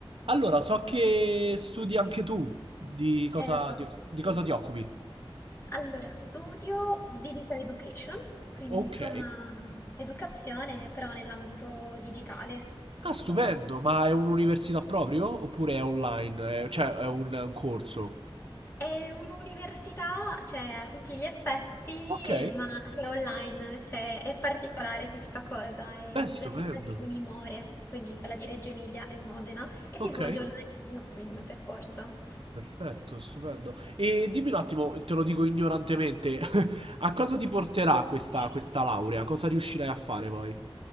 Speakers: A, on the right (about 65°); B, on the left (about 25°).
A: Allora, so che studi anche tu. Di cosa
B: Eh, va.
A: ti, di cosa ti occupi?
B: Allora, studio Digital Education, quindi
A: Ok.
B: insomma educazione però nell'ambito digitale. Questo
A: Ah, stupendo,
B: è...
A: ma è un'università proprio? Oppure è online? È- cioè, è un, un corso?
B: È un'università, cioè a tutti gli effetti,
A: Ok.
B: ma è online, cioè è particolare questa cosa, è
A: Beh,
B: l'università
A: stupendo.
B: di Unimore, quindi quella di Reggio Emilia e Modena, e si
A: Ok.
B: svolge online il mio il mio percorso.
A: Perfetto, stupendo. E dimmi un attimo, te lo dico ignorantemente, <laughs> a cosa
B: <laughs>
A: ti porterà questa, questa laurea? Cosa riuscirai a fare poi?